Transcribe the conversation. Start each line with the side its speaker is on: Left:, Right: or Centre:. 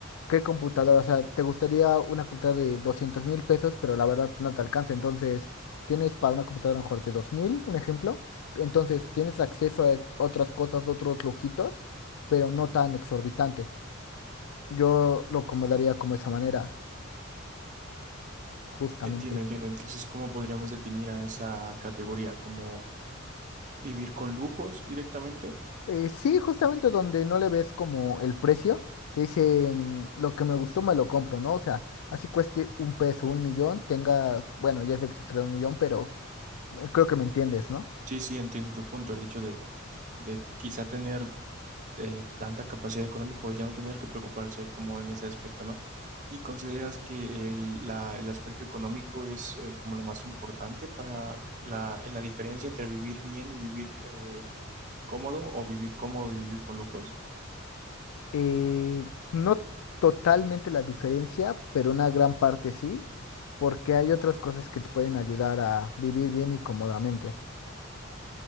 Left: qué computadora. O sea, te gustaría una computadora de doscientos mil pesos, pero la verdad no te alcanza. Entonces, tienes para una computadora mejor de dos mil, un ejemplo. Entonces, tienes acceso a otras cosas, otros lujitos, pero no tan exorbitantes. Yo lo acomodaría como esa manera, justamente.
Right: Entiendo, entiendo. Entonces, ¿cómo podríamos definir a esa categoría? ¿Como vivir con lujos directamente?
Left: Eh, sí, justamente donde no le ves como el precio, te dicen lo que me gustó me lo compro, ¿no? O sea, así cueste un peso, un millón, tengas, bueno, ya es exagerado un millón, pero eh, creo que me entiendes, ¿no?
Right: Sí, sí, entiendo tu punto. El hecho de, de quizá tener eh, tanta capacidad económica o ya no tener que preocuparse como en ese aspecto, ¿no? ¿Y consideras que el, la- el aspecto económico es eh, como lo más importante para la, en la diferencia entre vivir bien y vivir eh, cómodo o vivir cómodo y vivir con lujos?
Left: Eh, no totalmente la diferencia, pero una gran parte sí, porque hay otras cosas que te pueden ayudar a vivir bien y cómodamente,